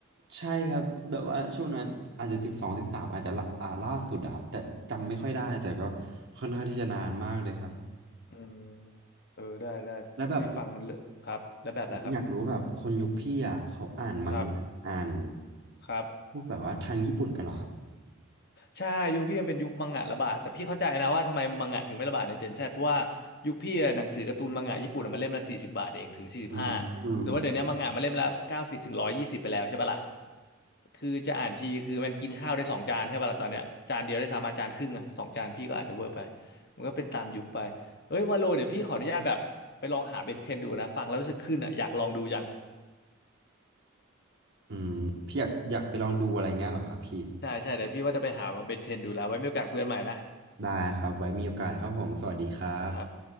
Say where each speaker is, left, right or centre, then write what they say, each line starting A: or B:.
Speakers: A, on the right (about 60°); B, on the left (about 50°).
A: ใช่ครับแบบว่าช่วงนั้นอาจจะสิบสองสิบสามอาจจะละอ่าล่าสุดอะครับแต่จำไม่ค่อยได้แต่ก็ค่อนข้างที่จะนานมากเลยครับ
B: อืมเออได้ได้พี่ฟังเลอะครับแล้วแบบอะไรครับ
A: แล้วแบบ ผมอยากรู้แบบคนยุคพี่อ่ะเขาอ่านมังงะอ่าน
B: ครับครับ
A: พวกแบบว่าทางญี่ปุ่นกันเหรอครับ
B: ใช่ยุคพี่มันเป็นยุคมังงะระบาดแต่พี่เข้าใจนะว่าทำไมมังงะถึงไม่ระบาดในเจนแซดเพราะว่ายุคพี่อะหนังสือการ์ตูนมังงะญี่ปุ่นอะมันเล่มละสี่สิบบาทเองถึงสี่สิบห้า
A: อืม อืม
B: แต่ว่าเดี๋ยวนี้มังงะมันเล่มละเก้าสิบถึงร้อยยี่สิบไปแล้วใช่ปะล่ะคือจะอ่านทีคือมันกินข้าวได้สองจานใช่ปะล่ะตอนเนี้ยจานเดียวได้สามอาจานครึ่งอะสองจานพี่ก็อาจจะเวอร์ไปมันก็เป็นตามยุคไปเฮ้ยวาโลเดี๋ยวพี่ขออนุญาตแบบไปลองหาเบนเทนดูนะฟังแล้วรู้สึกขึ้นอะอยากลองดูจัง
A: อืมพี่อยากอยากไปลองดูอะไรเงี้ยเหรอครับพี่
B: ใช่ใช่เดี๋ยวพี่ว่าจะไปหามาเบนเทนดูแล้วไว้มีโอกาสคุยกันใหม่นะ
A: ได้ครับไว้มีโอกาสครับผม สวัสดีครับ
B: ครับ